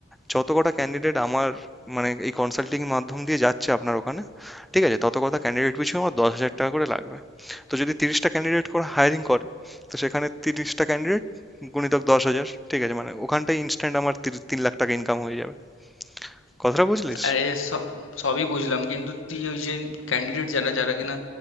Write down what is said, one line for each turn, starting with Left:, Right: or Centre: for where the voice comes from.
Centre: যত কটা ক্যান্ডিডেট আমার মানে এই কনসাল্টিং মাধ্যম দিয়ে যাচ্ছে আপনার ওখানে ঠিক আছে তত কটা ক্যান্ডিডেট পিছু আমার দশ হাজার টাকা করে লাগবে তো যদি তিরিশটা ক্যান্ডিডেট করে হায়ারিং করে তো সেখানে তিরিশটা ক্যান্ডিডেট গুণিতক দশ হাজার ঠিক আছে মানে ওখানটায় ইনস্ট্যান্ট আমার তির- তিন লাখ টাকা ইনকাম হয়ে যাবে কথাটা বুঝলিস?
Left: আরে স- সবই বুঝলাম কিন্তু তুই ওই যে ক্যান্ডিডেট যারা যারা কিনা